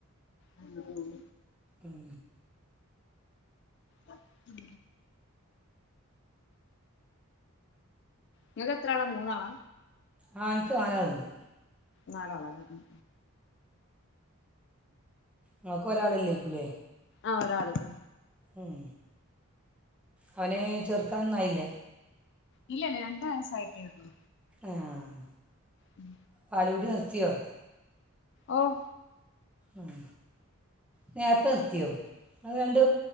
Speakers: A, on the left (about 50°); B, in the centre.
A: ഉം
B: ഉം
A: ഉം ഇങ്ങക്കെത്രാളാ മൂന്നാളാ
B: ആഹ് ഇൻക്ക് നാലാള്ണ്ട്
A: നാലാളാലേ ഉം
B: ഇങ്ങക്ക് ഒരാളൊല്ലേക്കും ല്ലേ
A: ആഹ് ഒരാള് ആഹ്
B: ഉം അവനെ ചേർത്താനൊന്നായില്ല
A: ഇല്ലല്ല രണ്ട് വയസ്സായിട്ടേയുള്ളൂ
B: ആഹ്
A: ഉം
B: പാലുകുടി നിർത്തിയോ
A: ഓഹ്
B: ഉം നേർത്തെ നിർത്തിയോ അത് രണ്ട്